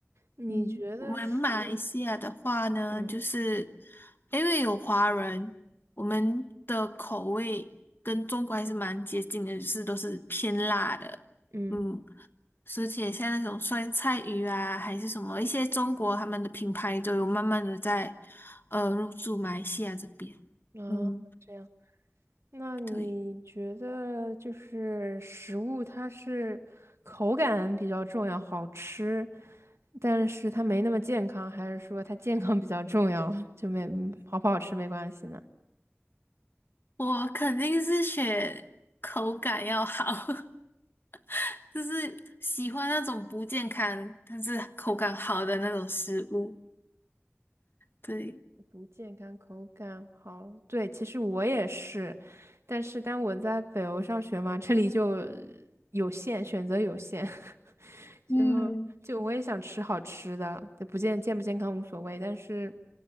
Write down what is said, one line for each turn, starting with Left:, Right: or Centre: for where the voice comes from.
Right: 你觉得说？
Left: 嗯，我们马来西亚的话呢，
Right: 嗯。
Left: 就是因为有华人，我们的口味跟中国还是蛮接近的，就是都是偏辣的。
Right: 嗯。
Left: 嗯，而且像那种酸菜鱼啊，还是什么一些中国他们的品牌都有慢慢的在呃入驻马来西亚这边。
Right: 啊，
Left: 嗯，
Right: 这样，那你觉得就是食物它是口感比较重要，
Left: 对，
Right: 好吃，但是它没那么健康，还是说它健康比较重要，就没，嗯好不好吃没关系呢？
Left: 我肯定是选口感要好。<laughs> 就是喜欢那种不健康但是口感好的那种食物。对，
Right: 不健康，口感好。对，其实我也是，但是但我在北欧上学嘛，这里就有限，选择有限，<laughs> 就就我也想吃好吃的，
Left: 嗯
Right: 就不健健不健康无所谓，但是